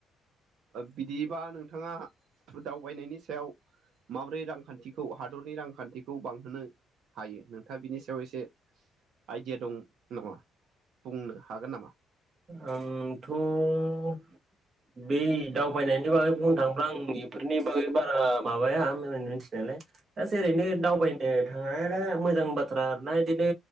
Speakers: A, on the right; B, on the right.
A: बिदिबा नोंथाङा दावबायनायनि सायाव माबोरै रांखान्थिखौ हादरनि रांखान्थिखौ बांहोनो हायो नोंथाङा बिनि सायाव एसे आइडिया दं नामा बुंनो? हागोन नामा?
B: आं थ' बै दावबायनायनि बागै बुंनो थाङोब्ला आं बेफोरनि बागै बारा माबाया मोनथिनायालाय जास ओरैनो दावबायनो थाङा दा मोजां बाथ्रा ना बिदिनो